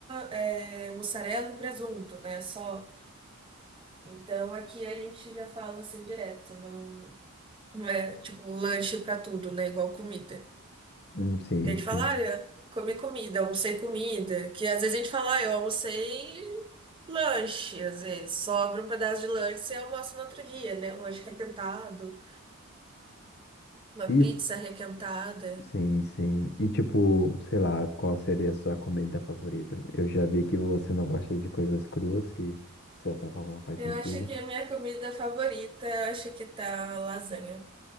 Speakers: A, on the right; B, on the left.
A: é, mussarela e presunto, né? Só. Então aqui a gente já fala assim direto, não, não é tipo lanche pra tudo, né? Igual comida.
B: Hum, Sim,
A: Que a gente
B: sim.
A: fala, ah, eu comi comida, almocei comida. Que às vezes a gente fala, ah, eu almocei lanche, às vezes. Sobra um pedaço de lanche e almoço no outro dia, né? Um lanche requentado, uma
B: E,
A: pizza requentada.
B: sim, sim. E tipo, sei lá, qual seria a sua comida favorita? Eu já vi que você não gosta de coisas cruas, que de certa forma faz
A: Eu
B: sentido.
A: acho que a minha comida favorita, eu acho que tá lasanha.